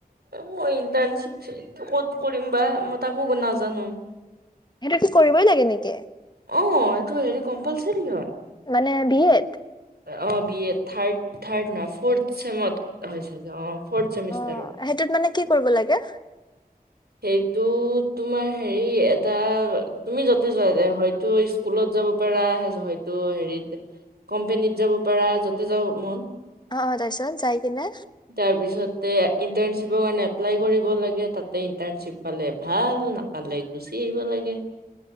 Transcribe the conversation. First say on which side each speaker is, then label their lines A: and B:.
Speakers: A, on the right (about 80°); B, on the left (about 25°).
A: মই ইন্টাৰ্নিচিপ ক'ত কৰিম বা মই তাকো নাজানো।
B: সেইটো কি কৰিবই লাগে নেকি?
A: অ এইটো হেৰি কম্পালচৰি হয়।
B: মানে বিএত।
A: অ বি এ থাৰ্ড থাৰ্ড ন ফ'ৰ্থ চেমত হৈ চাগে অ ফ'ৰ্থ চেমিষ্টাৰত।
B: অ সেইটোত মানে কি কৰিব লাগে।
A: সেইটো তোমাৰ হেৰি এটা তুমি যতে হয়তো স্কুলত যাব পাৰা হয়তো হেৰিত কোম্পেনীত যাব পাৰা য'তে যাব মন
B: অ তাপিছত যাই কিনে
A: তাৰ পিছতে ইণ্টাৰ্ণশ্বিপৰ কাৰণে এপ্লাই কৰিব লাগে তাত ত ইণ্টাৰ্ণশ্বিপ পালে ভাল নাপালে গুচি আহিব লাগে